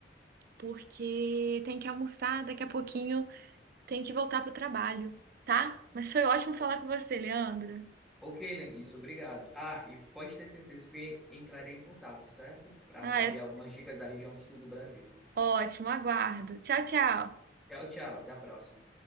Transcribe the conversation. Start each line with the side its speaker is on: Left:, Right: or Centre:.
Right: porque tem que almoçar, daqui a pouquinho tem que voltar pro trabalho, tá? Mas foi ótimo falar com você, Leandro.
Centre: Ok, Lenice, obrigado. Ah, e pode ter certeza que entrarei em contato, certo? Para
Right: Ah,
Centre: saber
Right: é
Centre: algumas dicas da região sul do Brasil.
Right: ótimo, aguardo. Tchau, tchau.
Centre: Tchau, tchau, até a próxima.